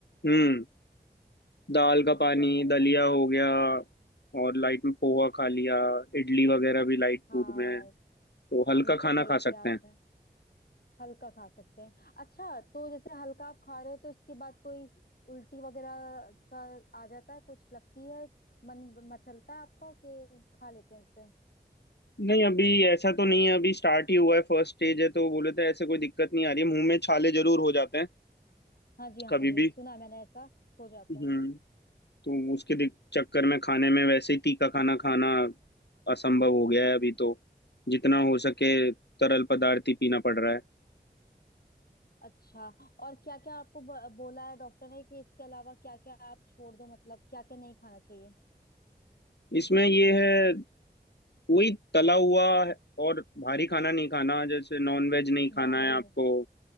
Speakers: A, on the left (about 80°); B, on the left (about 60°).
A: हम्म दाल का पानी
B: दलिया खा रहे
A: दलिया
B: हैं ना
A: हो गया और लाइट में पोहा खा लिया इडली वगैरह भी लाइट
B: हाँ
A: फूड में है, तो हल्का
B: ये तो
A: खाना
B: सही
A: खा
B: किया
A: सकते
B: आपने
A: हैं
B: हल्का खा सकते हैं अच्छा तो जैसे हल्का आप खा रहे हो तो इसके बाद कोई उल्टी वगैरह का आ जाता है कुछ लगती है मन मचलता है आपका कि खा लेते हैं इससे
A: नहीं अभी ऐसा तो नहीं है अभी स्टार्ट ही हुआ है फर्स्ट स्टेज है तो बोले थे ऐसे कोई दिक्कत नहीं आ रही है मुंह में छाले जरूर हो जाते हैं
B: हाँ जी हाँ
A: कभी
B: जी
A: भी
B: सुना है मैंने ऐसा हो जाता
A: हम्म
B: है
A: तो उसके दिक- चक्कर में खाने में वैसे ही तीखा खाना खाना असंभव हो गया है अभी तो जितना हो सके तरल पदार्थ ही पीना पड़ रहा है
B: अच्छा और क्या क्या आपको ब- बोला है डॉक्टर ने कि इसके अलावा क्या क्या आप छोड़ दो मतलब क्या क्या नहीं खाना चाहिए
A: इसमें ये है कोई तला हुआ और भारी खाना नहीं खाना जैसे नॉन वेज नहीं खाना
B: बाहर
A: है
B: ही
A: आपको
B: नहीं